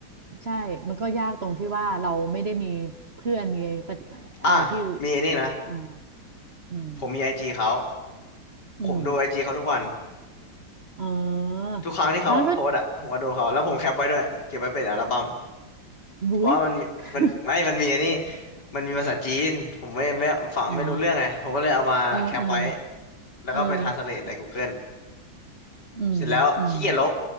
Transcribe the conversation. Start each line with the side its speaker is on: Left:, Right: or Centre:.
Right: ใช่ มันก็ยากตรงที่ว่าเราไม่ได้มีเพื่อนมีปฏิอะไรที่
Left: อ่ะมีไอ้นี่นะ
Right: อ่าอืม
Left: ผมมีไอจีเขา
Right: อืม
Left: ผมดูไอจีเขาทุกวัน
Right: เอ๋อ
Left: ทุกครั้งที่เขาโพสต์อ่ะผมก็ดูเขาแล้วผมแคปไว้ด้วยเก็บไว้เป็นอัลบั้ม
Right: อ๋อก็บุ๋ย
Left: เพราะว่ามันมีมันไม่มันมีไอ้นี่
Right: <laughs>
Left: มันมีภาษาจีนผมไม่ไม่ฟังไม่รู้เรื่องไงผมก็เลยเอามาแคปไว้
Right: อ่ะเหรอเออเออ
Left: แล้วก็ไปทรานสเลทในกูเกิ
Right: เออ
Left: e
Right: อืมอืม
Left: เสร็จแล้วขี้เกียจลบ